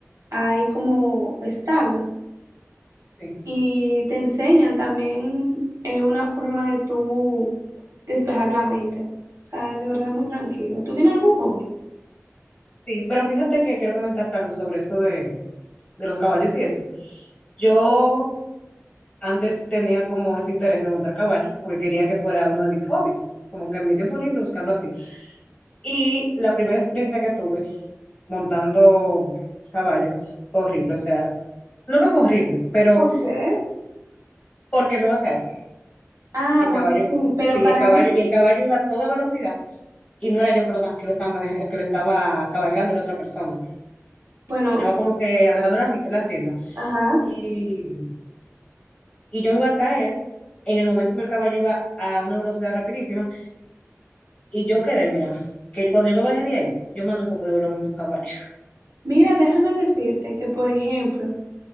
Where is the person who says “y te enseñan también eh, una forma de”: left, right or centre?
Right